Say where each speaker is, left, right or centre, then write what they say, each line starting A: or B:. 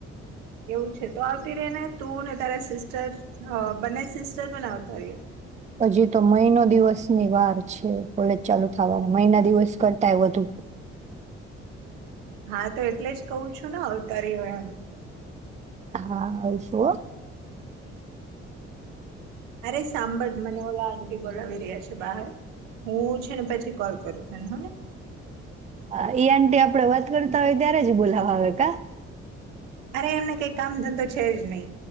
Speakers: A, on the right; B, on the right.
A: એવું છે તો આવતી રે ને તું ને તારા સિસ્ટર અઅ બંને સિસ્ટર પણ આવતા રેયો.
B: હજી તો મહિનો દિવસની વાર છે કોલેજ ચાલુ થાવા મહિના દિવસ કરતાય વધુ
A: હા તો એટલે જ કહું છું ને અવતારી હોય એમ
B: હા આવશું હો.
A: અરે સાંભળ મને ઓલા આંટી બોલાવી રહ્યા છે બાહર. હું છે ને પછી કોલ કરું તને હોને
B: હા ઈ આંટી આપડે વાત કરતા હોય ત્યારે જ બોલાવા આવે કા
A: અરે એમને કઈ કામ ધંધો છે જ નય.